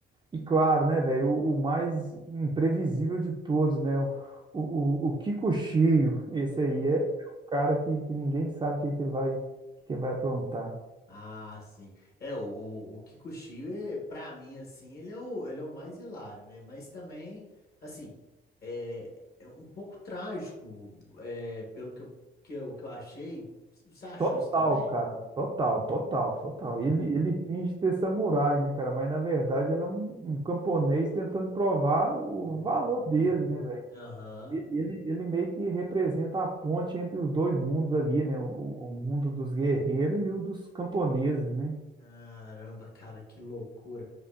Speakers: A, on the right (about 25°); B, on the left (about 50°).
A: E claro, né, velho, o, o mais imprevisível de todos, né? O, o, o Kiko Shio, esse
B: Uhum.
A: aí é, é o cara que, que ninguém sabe o que, que ele vai, que vai aprontar.
B: Ah, sim. É, o, o, o Kikuchiyo, é, pra mim, assim, ele é o, ele é o mais hilário, né? Mas também, assim, é, é um pouco trágico, é, pelo que eu, que eu, que eu achei. Você achou
A: Total,
B: isso também?
A: cara. Total, total, total.
B: Uhum.
A: Ele, ele finge ter samurai, né, cara? Mas na verdade ele é um, um camponês tentando provar o
B: Hum,
A: valor dele, né, velho?
B: Aham.
A: Ele, ele ele meio que representa a ponte entre os dois mundos ali, né? O, o mundo dos guerreiros e o dos camponeses, né?
B: Caramba, cara, que loucura.